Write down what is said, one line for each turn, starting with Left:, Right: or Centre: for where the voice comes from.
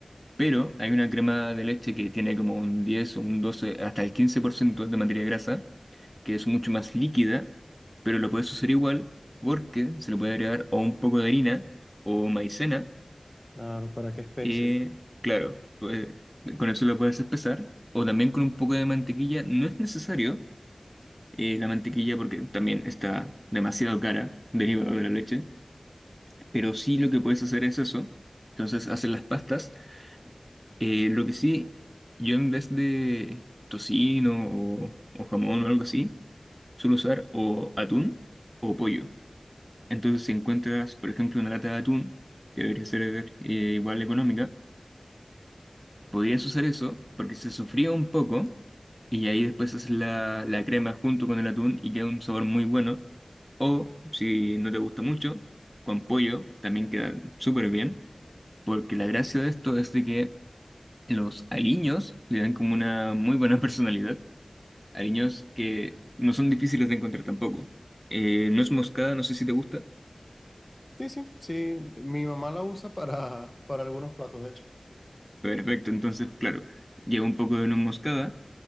Centre: pero hay una crema de leche que tiene como un 10 o un 12 hasta el 15% de materia grasa, que es mucho más líquida, pero lo puedes usar igual porque se le puede agregar o un poco de harina o maicena.
Left: Claro, ¿para qué especie?
Centre: eh, claro, pues, con eso lo puedes espesar. O también con un poco de mantequilla, no es necesario eh, la mantequilla porque también está demasiado cara derivada de la leche. Pero sí lo que puedes hacer es eso. Entonces hacer las pastas. Eh, lo que sí, yo en vez de tocino o, o jamón o algo así, suelo usar o atún o pollo. Entonces si encuentras, por ejemplo, una lata de atún, que debería ser eh, igual económica, podrías usar eso porque se sofría un poco y ahí después haces la, la crema junto con el atún y queda un sabor muy bueno. O si no te gusta mucho, con pollo también queda súper bien, porque la gracia de esto es de que los aliños le dan como una muy buena <laughs> personalidad. Aliños que no son difíciles de encontrar tampoco. Eh, no es moscada, no sé si te gusta.
Left: Sí, sí, sí. Mi mamá la usa para, para algunos platos, de hecho.
Centre: Perfecto, entonces claro, lleva un poco de nuez moscada